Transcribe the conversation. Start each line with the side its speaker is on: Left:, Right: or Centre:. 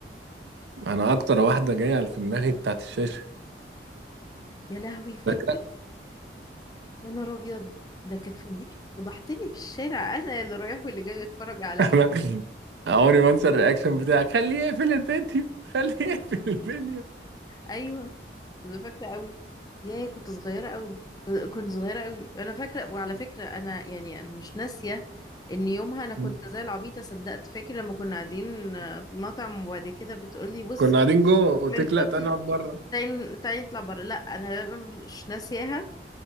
Right: انا اكتر واحده جايه في دماغي بتاعت الشاشه
Left: يا لهوي فاكر
Right: فاكره
Left: يا نهار ابيض ده كانت فضيحة فضحتني في الشارع انا اللي رايح واللي جاي يتفرج عليا
Right: <laughs> انا عمري ما انسى الرياكشن بتاعك خليه يقفل الفيديو خليه يقفل الفيديو
Left: ايوه انا فاكره قوي ياه كنت صغيره قوي كنت صغيره قوي انا فاكره وعلى فكره انا يعني أنا مش ناسيه ان يومها انا كنت
Right: مم.
Left: زي العبيطه صدقت فاكر لما كنا قاعدين آه، في المطعم وبعد كده بتقولي بص
Right: كنا قاعدين جوه قلت
Left: من
Right: لك
Left: كتر
Right: لا تعالى نقعد بره
Left: تعالي تعالي نطلع بره لا انا مش ناسياها